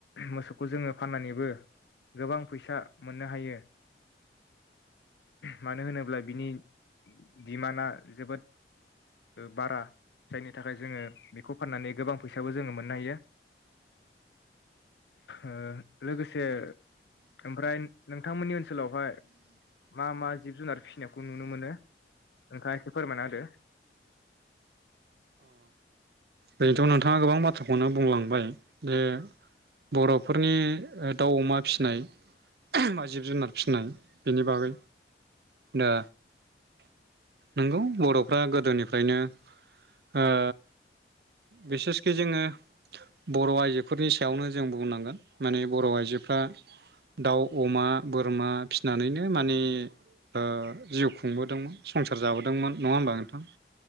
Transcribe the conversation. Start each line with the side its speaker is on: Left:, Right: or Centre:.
Left: मोसौखौ जोङो फाननानैबो गोबां फैसा मोननो हायो मानो होनोब्ला बिनि डिमान्डआ जोबोद बारा जायनि थाखाय जोङो बेखौ फाननानै गोबां फैसाबो जोङो मोननो हायो ओ लोगोसे ओमफ्राय नोंथांमोननि ओनसोलावहाय मा मा जिब जुनार फिसिनायखौ नुनो मोनो नोंथाङा एसे फोरमायना होदो
Right: एरैनोथ' नोंथाङा गोबां बाथ्राखौनो बुंलांबाय जे बर'फोरनि दाउ अमा फिसिनाय बा जिब जुनार फिसिनाय बेनि बागै दा नंगौ बर'फ्रा गोदोनिफ्रायनो ओ बिसेसके जोङो बर' आइजोफोरनि सायावनो जों बुंनांगोन माने बर' आइजोफ्रा दाउ अमा बोरमा फिसिनानैनो माने ओ जिउ खुंबोदोंमोन संसार जाबोदोंमोन नङा होमबा नोंथां